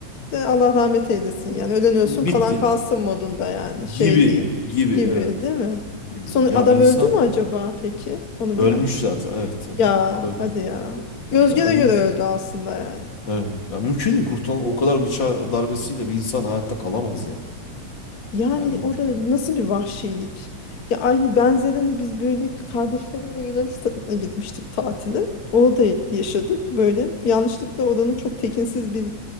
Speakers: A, on the left; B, on the left.
A: de Allah rahmet eylesin yani. Ölen ölsün, kalan
B: Bitti.
A: kalsın modunda yani
B: Gibi
A: şey diye
B: gibi
A: gibi
B: evet.
A: değil mi?
B: Gibi.
A: Sonra
B: Ya
A: adam
B: insan
A: öldü mü acaba peki? Onu merak
B: ölmüş
A: ettim.
B: zaten evet. aha.
A: Ya
B: Ölmüş.
A: hadi ya.
B: Tabii,
A: Gözge
B: tabii canım
A: de göre
B: mümkün.
A: öldü aslında yani.
B: Evet. Ya mümkün değil kurtulan o kadar bıçak darbesiyle bir insan hayatta kalamaz yani.
A: Yani
B: Yani mümkün
A: o da
B: değil.
A: nasıl bir vahşilik. Ya aynı benzerini biz böyle kardeşlerimle Yunanistan'a gitmiştik tatile. Orada yaşadık böyle. Yanlışlıkla oranın çok tekinsiz bir